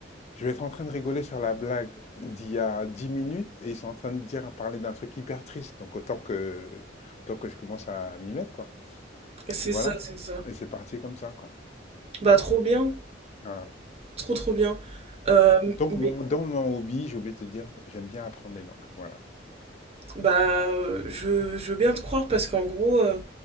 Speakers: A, on the left (about 35°); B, on the right (about 35°).
A: je vais être en train de rigoler sur la blague d'il y a 10 minutes, et ils sont en train de dire, parler d'un truc hyper triste, donc autant que, autant que je commence à m'y mettre, quoi.
B: c'est
A: Et voilà,
B: ça, c'est ça.
A: et c'est parti comme ça, quoi.
B: Bah trop bien.
A: Voilà.
B: Trop trop bien. Euh,
A: Donc,
B: mais,
A: mon- dans mon hobby, j'ai oublié de te dire, j'aime bien apprendre les langues, voilà.
B: bah, euh, je, je veux bien te croire parce qu'en gros, euh,